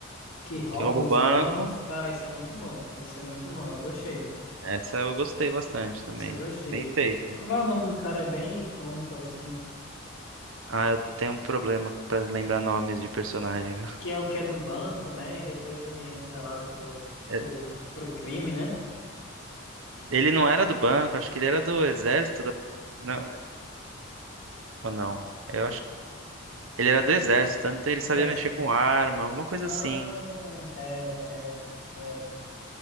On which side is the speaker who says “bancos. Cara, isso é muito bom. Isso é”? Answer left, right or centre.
Left